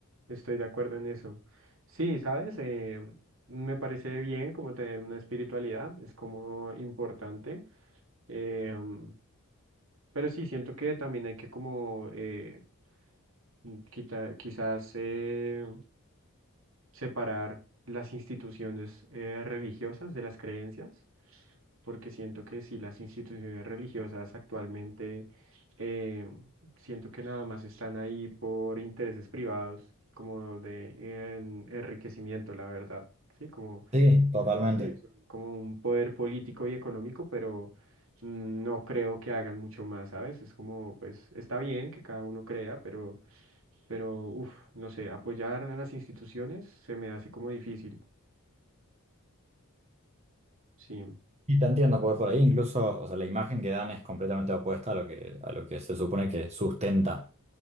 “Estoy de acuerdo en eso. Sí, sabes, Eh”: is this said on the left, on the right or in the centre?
Right